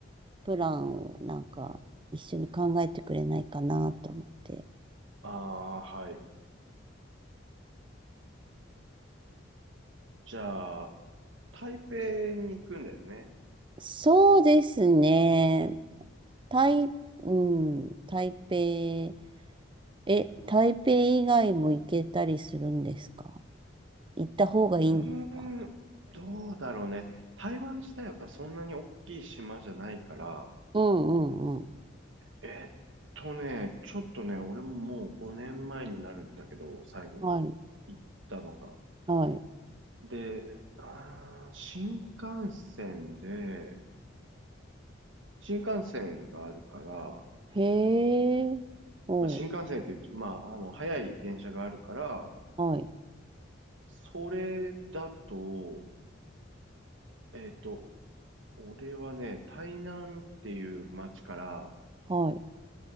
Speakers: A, on the right; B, on the right.
A: プランをなんか一緒に考えてくれないかなと思って。
B: ああ、はい。じゃあ、台北に行くんだよね。
A: そうですね。台、うん、台北、え、台北以外も行けたりするんですか行った方がいいんですか
B: うーん、どうだろうね。台湾自体はそんなに大きい島じゃないから、
A: うんうんうん。
B: えーっとね、ちょっとね、俺ももう5年前になるんだけど、最後
A: はい、
B: 行ったのが。
A: はい。
B: で、あー、新幹線で、新幹線があるから、
A: へえ、おう、
B: まあ、新幹線って言うと、まあ、あの、早い電車があるから、
A: はい、
B: それだと、えっと、俺はね、台南っていう街から、
A: はい。